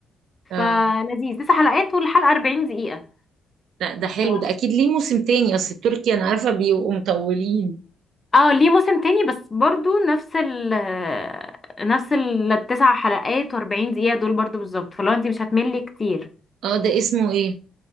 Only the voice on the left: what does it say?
فلذيذ تسع حلقات والحلقه 40 دقيقه
ف...
اه ليه موسم تاني بس برضو نفس ال نفس ال- التسع حلقات و40 دقيقه دول برضو بالظبط فلو انتي مش هتملي كتير